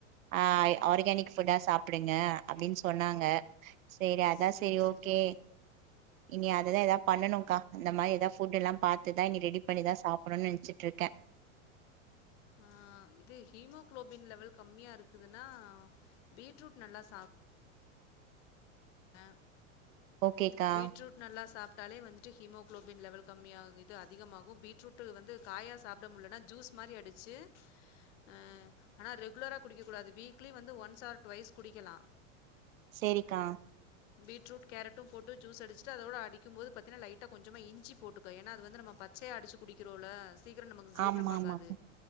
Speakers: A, on the right (about 85°); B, on the left (about 65°).
A: ஆஹ்
B: ம்
A: ஆர்கானிக் ஃபுட்டா சாப்டுங்க அப்டின்னு சொன்னாங்க சேரி அதா
B: சேரி
A: செரி ஓகே
B: சேரி
A: இனி அதுதா எதா பண்ணுனங்க்கா அந்த மாரி எதாவது ஃபுட்டெல்லா பாத்துதா இனி ரெடி பண்ணிதா சாப்டனுன்னு நெனச்சுட்ருக்கே
B: ஆஹ் இது ஹீமோகுளோபின் லெவல் கம்மியா இருக்குதுன்னா பீட்ரூட் நல்லா சாப் அ
A: ஓகேக்கா
B: பீட்ரூட் நல்லா சாப் ட்டாலே வந்துட்டு ஹீமோகுளோபின் லெவல் கம்மியாகு இது அதிகமாகு பீட்ரூட் வந்து காயா சாப்ட முடியலனா ஜூஸ் மாரி அடிச்சு ஆ ஆனா ரெகுலரா குடிக்கக் கூடாது வீக்லி வந்து ஒன்ஸ் ஆர் டுவைஸ் குடிக்கலா
A: செரிக்கா
B: பீட்ரூட் கேரட்டு போட்டு ஜூஸ் அடிச்சுட்டு அதோட அடிக்கும்போது பாத்தீனா லைட்டா கொஞ்சமா இஞ்சி போட்டுக்க ஏன்னா அது வந்து நம்ம பச்சையா அடிச்சு குடிக்குறோல சீக்கிரோ நமக்கு ஜீர்ணமாகாது
A: ஆமா ஆமா